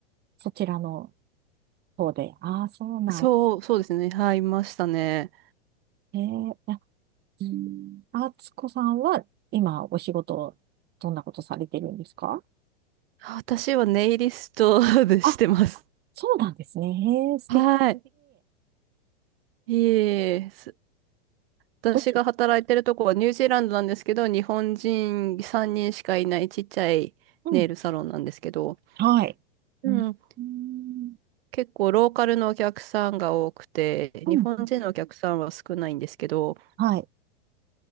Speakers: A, on the right (about 30°); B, on the right (about 65°).
A: そちらの方で。ああ、そうなん。
B: そう、そうですね。はい、いましたね。
A: へえ、あ、うんあつこさんは今お仕事、どんなことされてるんですか
B: 私はネイリストでしてます。
A: あ、そうなんですね。へえ、素敵。
B: はい。いえいえ、す私が働いてるとこはニュージーランドなんですけど、
A: どっち
B: 日本人3人しかいないちっちゃいネイルサロンなんですけど、
A: うん。はい。
B: うん。
A: うん。うん。
B: 結構ローカルのお客さんが多くて、
A: うん
B: 日本人のお客さんは少ないんですけど、
A: はい。